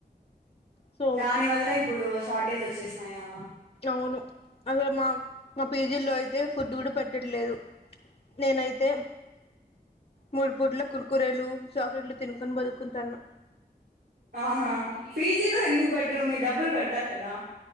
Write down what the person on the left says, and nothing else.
సో
అవును అసలు మా మా పీజీల్లో అయితే ఫుడ్ కూడా పెట్టట్లేదు నేనైతే మూడు పూట్ల కుర్కురేలు చాక్లెట్లు తినుకొని బతుకుంటాను